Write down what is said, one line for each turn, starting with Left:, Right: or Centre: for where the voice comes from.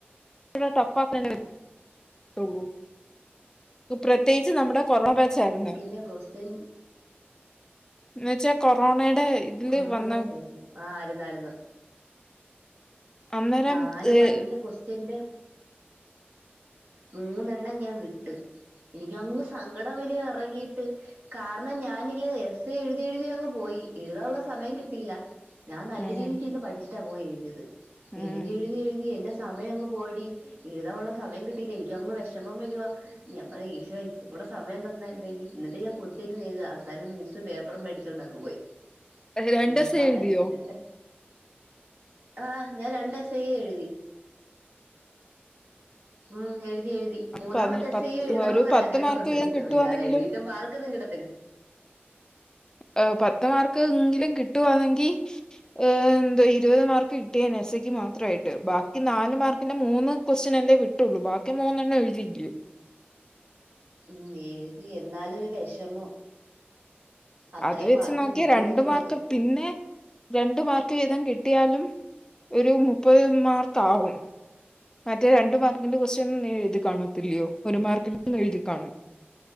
Left: ഇപ്പഴും തപ്പാപ്പൻ അല്ലെ വരുത്തുള്ളൂ പ്രത്യേകിച്ച് നമ്മടെ കൊറോണ ബാച്ചായിരുന്നു.
Right: ന്റെ ക്വസ്റ്റ്യൻ
Left: എന്ന് വെച്ചാ കൊറോണയുടെ ഇതില്
Right: കൊറോണ
Left: വന്ന
Right: ബാച്ചായിരുന്നു ആ ആരുന്നാ യിരുന്നു.
Left: അന്നേരം
Right: നാല്
Left: ഏഹ്
Right: മാർക്കിന്റെ ക്വസ്റ്റ്യന്റെ മൂന്നെണ്ണം ഞാൻ വിട്ട് എനിക്കങ്ങ് സങ്കടം വരുവാ ഇറങ്ങി ട്ട് കാരണം ഞാനില്ലെ എസ് എ എഴുതി എഴുതി അങ്ങ് പോയി. എഴുതാനുള്ള സമയം കിട്ടിയില്ല. ഞാൻ നല്ല
Left: ഉം.
Right: രീതിക്ക് ഇരുന്ന് പഠിച്ചിട്ടാ പോയി എഴുതിയത്.
Left: ഉം
Right: എഴുതി എഴുതി എഴുതി എന്റെ സമയം അങ്ങ് പോയെ ടി എഴുതാനുള്ള സമയം കിട്ടിയില്ല എനിക്കങ്ങ് വിഷമം വരുവാ. ഞാൻ പറയാ ഈശ്വരാ ഇച്ചിരി കൂടെ സമയം തന്നിരുന്നെങ്കി എന്നിട്ടും ഞാൻ കുത്തിയിരുന്ന് എഴുതുവാ അവസാ വസാനം മിസ്സ് പേപ്പറും മേടിച്ചോണ്ട ങ്ങ് പോയി
Left: രണ്ടൂസം
Right: പിന്ന ഒന്നും പറയാൻ
Left: എഴുതിയോ
Right: പറത്തില്ല ആഹ് ഞാൻ രണ്ട് എസ് എയും എഴുതി ഉം എയു ഴുതി എഴുതി മൂന്നാമത്തെ
Left: പതി
Right: എസ്
Left: പത്ത്
Right: എയും എഴുതണം
Left: ഒരു
Right: എന്നൊരു
Left: പത്ത്
Right: ആഗ്രഹം
Left: മാർക്ക്
Right: ഉണ്ടായിരുന്നു
Left: വീതം കിട്ടുവാന്നെങ്കിലും
Right: പിന്നെയത് എഴുതിയിട്ടും മാർക്കൊന്നും കിട്ടത്തില്ല.
Left: ഹ് പത്ത് മാർക്കെങ്കിലും കിട്ടുവാണെങ്കിൽ ഹ്എന്തോ ഇരുപത് മാർക്ക് കിട്ടിയേനെ എസ്എക്ക് മാത്രമായിട്ട് ബാക്കി നാല് മാർക്ക് ന്റെ മൂന്ന് ക്വസ്റ്റ ൻല്ലേ വിട്ടുള്ളൂ ബാക്കി മൂന്നെണ്ണം എഴുതിയില്ലേ
Right: ഉം എഴുതി എന്നാലും ഒരു വിഷമം അത്രയും
Left: അത് വെച്ച്
Right: മാർക്ക്
Left: നോക്കിയാ
Right: കിട്ടൂന്നുള്ളത്
Left: രണ്ട് മാർക്ക് പിന്നെ രണ്ട് മാർക്ക് വീതം കിട്ടിയാലും ഒരു മുപ്പത് മാർക്ക് ആകും മറ്റേ രണ്ടു മാർക്ക് മാർക്കിന്റെ കൊസ്റ്റൻ എഴുതി കാണത്തില്ലയോ ഒരു മാർക്കിന്റെ എഴുതി കാണും